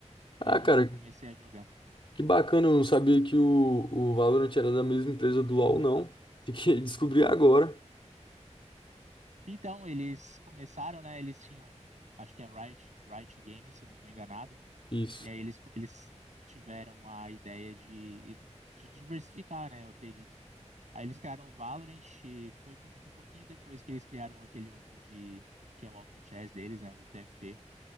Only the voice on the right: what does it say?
Foi
aí que
eu comecei a jogar.
Então, eles começaram, né? Eles tinham, acho que é Riot, Riot Games, se eu não estou enganado.
E aí eles, co- eles tiveram a ideia de, de diversificar, né? Eu acredito. Aí eles criaram o Valorant, e foi um pouquinho depois que eles criaram aquele outro de, que é o Auto Chess deles, né? O TFT.